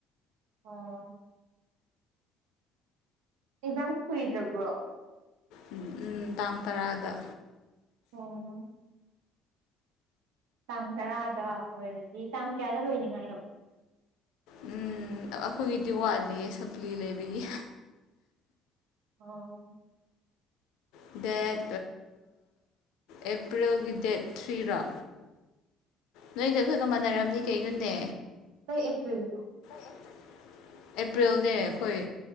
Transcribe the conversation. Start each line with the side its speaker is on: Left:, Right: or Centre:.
Right: ꯑꯣ ꯑꯦꯛꯖꯥꯝ ꯀꯨꯏꯗ꯭ꯔꯕ꯭ꯔꯣ
Left: ꯎꯝ ꯇꯥꯡ ꯇꯔꯥꯗ
Right: ꯑꯣ ꯇꯥꯡ ꯇꯔꯥꯗ ꯑꯣꯏꯔꯗꯤ ꯇꯥꯡ ꯀꯌꯥꯗ ꯂꯣꯏꯅꯤꯉꯥꯏꯅꯣ
Left: ꯎꯝ ꯑꯩꯈꯣꯏꯒꯤꯗꯤ ꯋꯥꯠꯂꯤꯌꯦ ꯁꯄ꯭ꯂꯤ ꯂꯩꯕꯒꯤ
Right: ꯑꯣ
Left: ꯗꯦꯠ ꯑꯦꯄ꯭ꯔꯤꯜꯒꯤ ꯗꯦꯠ ꯊ꯭ꯔꯤꯔꯣ ꯅꯣꯏꯒ ꯑꯩꯈꯣꯏꯒ ꯃꯥꯟꯅꯔꯝꯅꯤ ꯀꯩꯅꯣꯅꯦ
Right: ꯀꯩ ꯑꯦꯄ꯭ꯔꯤꯜ ꯅꯣ
Left: <unintelligible> ꯑꯦꯄ꯭ꯔꯤꯜꯅꯦ ꯑꯩꯈꯣꯏ